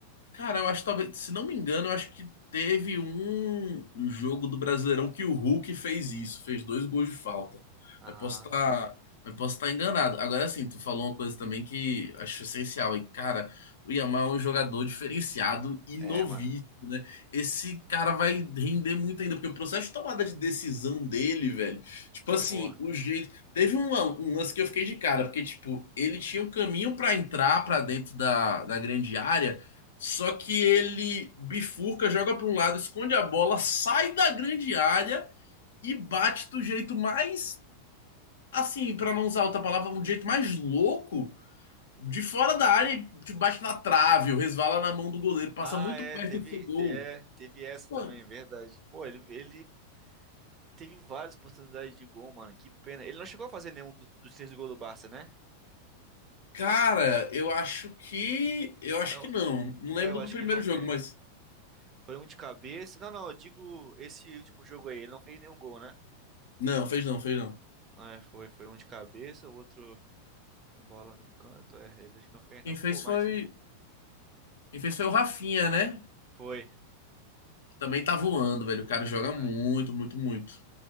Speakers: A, on the left (about 60°); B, on the right (about 25°).
A: Cara, eu acho que talvez, se não me engano, eu acho que teve um jogo do Brasileirão que o Hulk fez isso, fez dois gols de falta.
B: Ah,
A: Mas posso estar, mas posso estar enganado. Agora sim, tu falou uma coisa também que acho essencial. E cara, o Yamal é um jogador diferenciado e novíssimo,
B: é, mano.
A: né? Esse cara vai render muito ainda, porque o processo de tomada de decisão dele, velho, tipo assim,
B: Pô.
A: o jeito Teve um, lan- um lance que eu fiquei de cara, porque, tipo, ele tinha um caminho pra entrar pra dentro da, da grande área, só que ele bifurca, joga para um lado, esconde a bola, sai da grande área e bate do jeito mais, assim, para não usar outra palavra, um jeito mais louco, de fora da área e tipo, bate na trave, ou resvala na mão do goleiro, passa
B: Ah,
A: muito
B: é,
A: perto
B: teve,
A: do seu gol.
B: te- é, teve essa
A: Pô,
B: também, é verdade. Pô, ele, ele teve várias oportunidades de gol, mano. Que pena. Ele não chegou a fazer nenhum dos, dos seis gols do Barça, né?
A: cara, eu acho que, eu acho
B: É,
A: que não. Não lembro
B: É, eu acho
A: do primeiro
B: que ele não fez.
A: jogo, mas
B: Foi um de cabeça. Não, não, eu digo esse último jogo aí, ele não fez nenhum gol, né?
A: não, fez não, fez não.
B: É, foi, foi um de cabeça, o outro uma bola no canto, é, ele não fez
A: Quem
B: não.
A: fez
B: Pô, mas
A: foi, quem fez foi o Rafinha, né?
B: foi.
A: Que também tá voando, velho. O cara joga muito,
B: É.
A: muito, muito.